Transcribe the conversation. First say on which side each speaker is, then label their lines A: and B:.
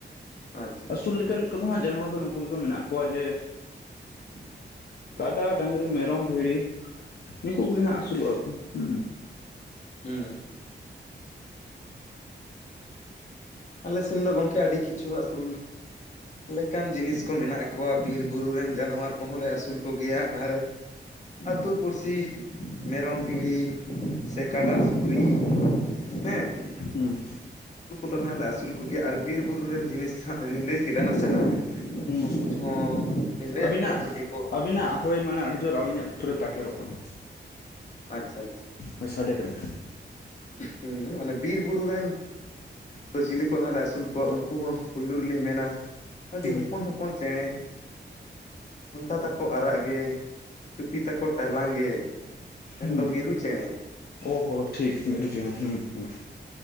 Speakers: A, on the left; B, on the left.
A: ᱟᱪᱪᱷᱟ
B: ᱟᱥᱩᱞ ᱞᱮᱠᱟᱱ ᱠᱚᱫᱚ ᱦᱟᱜ ᱡᱟᱱᱣᱟᱨ ᱫᱚ ᱱᱩᱠᱩ ᱜᱮᱠᱚ ᱢᱮᱱᱟᱜ ᱠᱚᱣᱟ ᱡᱮ
A: <inaudible>
B: ᱴᱟᱜ ᱰᱟᱝᱨᱤ, ᱢᱮᱨᱚᱢ, ᱵᱷᱤᱲᱤ, ᱱᱤᱠᱩ ᱠᱚᱜᱮ ᱦᱟᱜ ᱟᱹᱥᱩᱞᱚᱜᱼᱟ ᱠᱚ, ᱦᱩ
A: ᱦᱩ ᱟᱞᱮ ᱥᱮᱱ ᱫᱚ ᱜᱚᱝᱠᱮ ᱟᱹᱰᱤ ᱠᱤᱪᱷᱩ ᱟᱹᱥᱩᱞ ᱞᱮᱠᱟᱱ ᱡᱤᱱᱤᱥ ᱠᱚ ᱢᱮᱱᱟᱜ ᱠᱚᱣᱟ, ᱵᱤᱨ ᱵᱩᱨᱩ ᱨᱮᱱ ᱡᱟᱱᱣᱟᱨ ᱠᱚᱦᱚᱞᱮ ᱟᱹᱥᱩᱞ ᱠᱚᱜᱮᱭᱟ, ᱟᱨ ᱟᱛᱩ ᱯᱩᱥᱤ ᱢᱮᱨᱚᱢ, ᱵᱷᱤᱲᱤ, ᱥᱮ ᱠᱟᱰᱟ, ᱥᱩᱠᱨᱤ, ᱦᱮ ᱾
B: ᱦᱩᱸ
A: ᱡᱚᱛᱚ ᱱᱟᱦᱟᱜ ᱞᱮ ᱟᱹᱥᱩᱞ ᱠᱚᱜᱮᱭᱟ, ᱟᱨ ᱵᱤᱨ ᱵᱩᱨᱩ ᱨᱮᱱ ᱡᱤᱱᱤᱥ ᱦᱟᱜ ᱞᱤᱧ ᱞᱟᱹᱭ ᱠᱮᱫᱟ ᱱᱟᱥᱮᱱᱟᱜ,
B: ᱦᱩᱸ
A: ᱩᱱᱠᱩ ᱦᱚ ᱞᱤᱧ ᱞᱟᱹᱭᱟᱜ
B: ᱟᱹᱵᱤᱱᱟᱜ
A: ᱠᱟᱱᱟ ᱪᱤᱞᱤ ᱠᱚ,
B: ᱟᱹᱵᱤᱱᱟᱜ ᱦᱳᱭ ᱢᱟᱱᱮ ᱟᱰᱤ ᱡᱳᱨ ᱟᱞᱤᱧᱟᱜ ᱞᱩᱛᱩᱨᱮ ᱛᱟᱠᱮᱨᱚᱜ ᱠᱟᱱᱟ,
A: ᱟᱪᱪᱷᱟ
B: ᱦᱳᱭ ᱥᱟᱰᱮ ᱠᱟᱱᱟ᱾
A: ᱦᱩ ᱢᱟᱱᱮ ᱵᱤᱨ ᱵᱩᱨᱩ ᱨᱮᱱᱼᱼ ᱫᱚ ᱪᱤᱞᱤ ᱠᱚ ᱦᱟᱜ ᱞᱮ ᱟᱹᱥᱩᱞ ᱠᱚᱣᱟ ᱩᱱᱠᱩ ᱵᱚᱱ ᱯᱳᱭᱞᱳ ᱨᱮᱞᱤᱧ ᱢᱮᱱᱟ ᱟᱰᱤ
B: ᱦᱩᱸ
A: ᱦᱚᱯᱚᱱ ᱦᱚᱯᱚᱱ, ᱪᱮᱬᱮ, ᱴᱷᱚᱱᱴᱟ ᱛᱟᱠᱚ ᱟᱨᱟᱜ ᱜᱮ ᱪᱩᱯᱤ ᱛᱟᱠᱚ ᱴᱟᱭᱞᱟᱝ ᱜᱮ, ᱢᱮᱱᱫᱚ
B: ᱦᱩᱸ
A: ᱢᱤᱨᱩ ᱪᱮᱬᱮ
B: ᱚᱦᱚ ᱴᱷᱤᱠ ᱢᱤᱨᱩ ᱪᱮᱲᱮ ᱦᱩᱸ ᱦᱩᱸ᱾